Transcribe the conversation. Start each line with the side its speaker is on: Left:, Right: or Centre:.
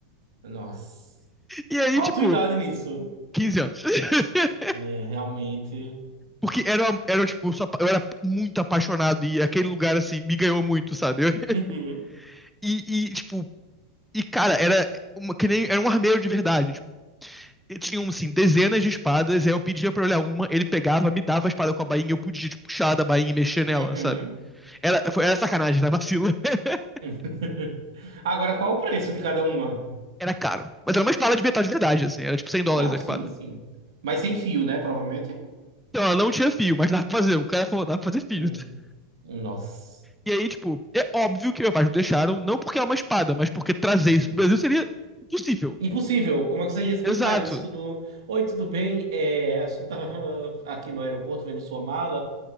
Right: Nossa.
Centre: E aí,
Right: Qual
Centre: tipo,
Right: a tua idade nisso?
Centre: 15 anos. <laughs>
Right: É, realmente.
Centre: Porque era, uma- era tipo, só, eu era muito apaixonado e aquele lugar, assim, me ganhou muito, sabe? <laughs>
Right: Uhum,
Centre: E, e, tipo, e, cara, era, uma, que nem, era um armeiro de verdade. e tinham, assim, dezenas de espadas, aí eu pedia pra olhar uma, ele pegava, me dava a espada com a bainha, eu podia, tipo, puxar da bainha e mexer nela,
Right: uhum.
Centre: sabe? Era, foi, era sacanagem, né? Vacilo. <laughs>
Right: <laughs> Agora, qual o preço de cada uma?
Centre: era caro. Mas era uma espada de metal de verdade, assim, era tipo 100 dólares
Right: Não,
Centre: a espada.
Right: sim, sim. Mas sem fio, né? Provavelmente.
Centre: Então, ela não tinha fio, mas dá pra fazer. O cara falou, dá pra fazer fio.
Right: Hum.
Centre: <laughs>
Right: Nossa.
Centre: E aí, tipo, é óbvio que meus pais me deixaram, não porque é uma espada, mas porque trazer
Right: Uhum.
Centre: isso pro Brasil seria impossível.
Right: Impossível. Como é que você ia explicar
Centre: Exato.
Right: isso no. Oi, tudo bem? É, a gente tava <laughs> aqui no aeroporto vendo sua mala.